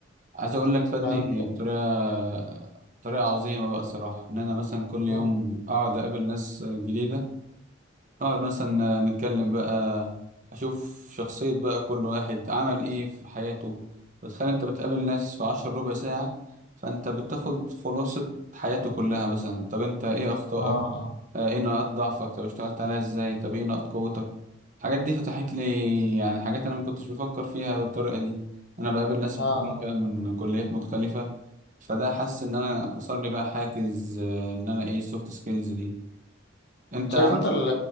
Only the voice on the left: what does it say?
حلو.
آه
آه
آه
آه.
شايف
انت ال-